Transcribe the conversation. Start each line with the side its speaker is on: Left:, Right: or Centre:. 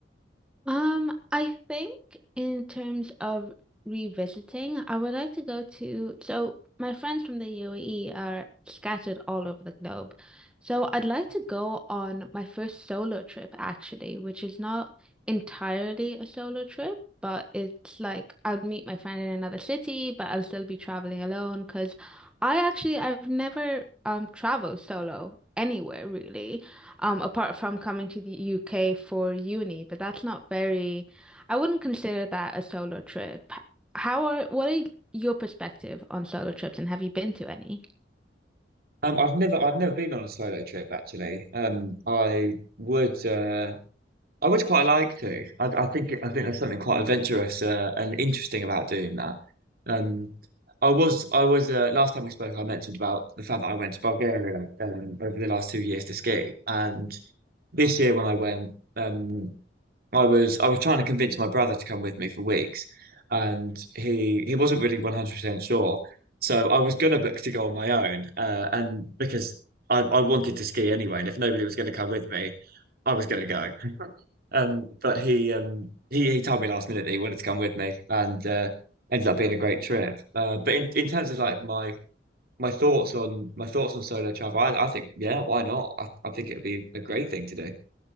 Centre: Um, I think in terms of revisiting, I would like to go to, so my friends from the UAE are scattered all over the globe. So I'd like to go on my first solo trip actually, which is not entirely a solo trip, but it's like I'll meet my friend in another city, but I'll still be traveling alone because I actually I've never um traveled solo anywhere really um, apart from coming to the UK for uni, but that's not very, I wouldn't consider that a solo trip. How are, what are your perspective on solo trips and have you been to any?
Right: Um, I've never I've never been on a solo trip actually. Um, I would. Uh, I would quite like to. I, I think I think there's something quite adventurous uh, and interesting about doing that. Um, I was I was uh, last time we spoke, I mentioned about the fact that I went to Bulgaria um, over the last two years to ski, and this year when I went, um, I was I was trying to convince my brother to come with me for weeks, and he he wasn't really 100% sure. So I was gonna book to go on my own, uh, and because I, I wanted to ski anyway, and if nobody was going to come with me, I was going to go. Um, but he um he, he told me last minute that he wanted to come with me and uh ended up being a great trip. Uh, but in, in terms of like my my thoughts on my thoughts on solo travel, I, I think yeah, why not? I, I think it would be a great thing to do. <laughs>